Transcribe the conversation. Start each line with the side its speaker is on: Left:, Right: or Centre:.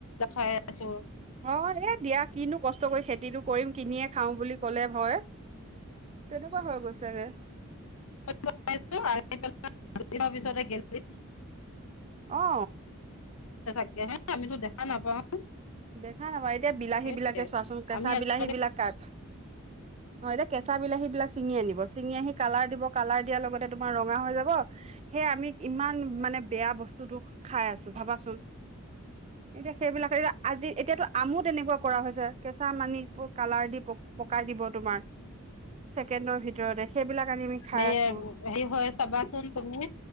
Left: খাই আছে।
Right: নহয় এ দিয়া কিনো কষ্ট কৰিছে। কিনো কৰিম কিনিয়ে খাও বুলি ক'লে হয় তেনেকুৱা হৈ গৈছে গে।
Left: <unintelligible>
Right: অ।
Left: <unintelligible> আমিতো দেখা নাপাওঁ।
Right: দেখা নাপাওঁ এতিয়া বিলাহীবিলাকে
Left: সেইটোৱে
Right: চোৱাচোন কেঁচা
Left: আমি
Right: বি
Left: আজিকালি
Right: বিলাহীবিলাক কাট অ এতিয়া কেঁচা বিলাহীবিলাক চিঙি আনিব চিঙি আহি কালাৰ দিব, কালাৰ দিয়াৰ লগতে তোমাৰ ৰঙা হৈ যাব সেই আমি ইমান মানে বেয়া বস্তুটো খাই আছো ভাবাচোন এতিয়া সেইবিলাকে আজি এতিয়াটো আমো তেনেকুৱা কৰা হৈছে কেঁচা আম আনি কালাৰ দি পকাই দিব তোমাৰ। ছেকেণ্ডৰ ভিতৰতে সেইবিলাক আনি আমি খাই
Left: হেৰি
Right: আছো,
Left: হয় চাবাচোন তুমি